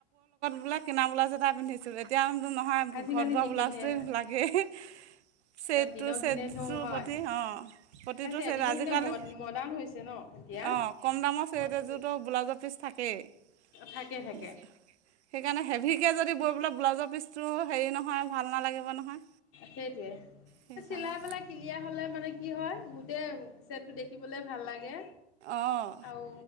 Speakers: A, on the right; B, on the left.
A: বিলাক কিনা বোলা এটা পিন্ধিছিলো এতিয়া নহয়
B: আজিকালি
A: ঘৰত বোৱা
B: নিপিন্ধে
A: ব্লাউজটো লাগেই। <unintelligible> ছেটটো
B: দিনক
A: ছেটটো
B: দিনে ধ হয়
A: প্ৰতি অঁ প্ৰতিটো
B: তাকে
A: ছেট
B: দিনক
A: আজিকালি।
B: দিনে ম মডাৰ্ণ হৈছে ন এতিয়া
A: অঁ কম দামৰ ছেট
B: মানুহ
A: এযোৰতো ব্লাউজত থাকে সেইকাৰণে
B: থাকে থাকে
A: হেভি কে যদি বৈ পেলাক ব্লাউজৰ পিচটো হেৰি নহয় ভাল নালাগিব নহয়।
B: সেট-
A: সেইকাৰণে
B: চিলাই পেলাই কিলিয়া হলে মানে কি হয় গোটেই ছেট টো দেখিবলে ভাল লাগে।
A: অঁ
B: আৰু